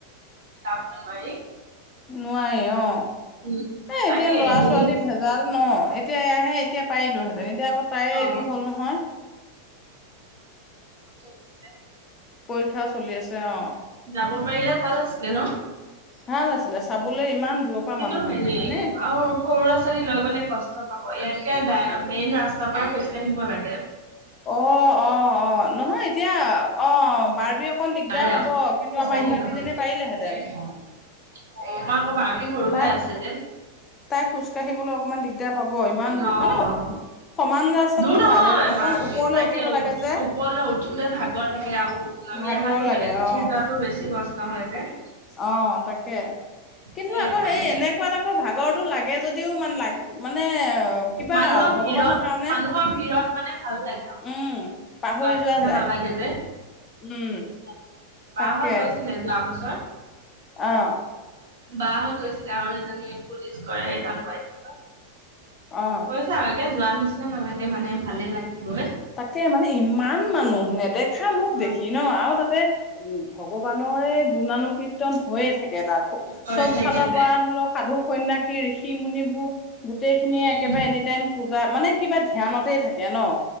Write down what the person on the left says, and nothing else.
নোৱাৰি অ।
এ এতিয়া
লৰা
ছোৱালী ভেজাল ন এতিয়া এ আহে এতিয়া পাৰিলো হেতেন এতিয়া আকৌ তাই
এইটো হল নহয়।
পৰীক্ষাও চলি আছে অ।
ভাল আছিলে চাবলৈ ইমান দূৰৰ পৰা
মানুহ
আহে হয়নে
অ অ অ নহয় এতিয়া অ বাৰ্বি অকণ
দিগদাৰ হব কিন্তু আমাৰ ইহঁত কেইজনীয়ে পাৰিলেহেঁতেন
তাই
তাই খোজ কাঢ়িবলৈ অকণমান দিগদাৰ পাব ইমান দূৰ
মানে সমান ৰাস্তাটো
ভাল অকন
ওপৰলৈ
উঠিব
লাগে যে
ভাগৰ
লাগে
অ
অ তাকে কিন্তু
আকৌ সেই এনেকুৱাত আকৌ ভাগ গৰটো লাগে যদিও মান মানে কিবা
ভগৱানৰ কাৰণে
উম পাহৰি
যায়
উম
তাকে
অ।
অ
তাকে মানে ইমান মানুহ নেদেখা মুখ
দেখি ন আৰু তাক <unintelligible> উম ভগৱান ৰে গুণানুকীৰ্তন হৈয়ে থাকে তাত
চব
ফালৰ
পৰা ধৰি লওক সাধু সন্যাসী ঋষি মুনিবোৰ গোটেইখিনিয়ে
একেবাৰে
এনি টাইম পূজা মানে কিবা ধ্যানতে থাকে ন।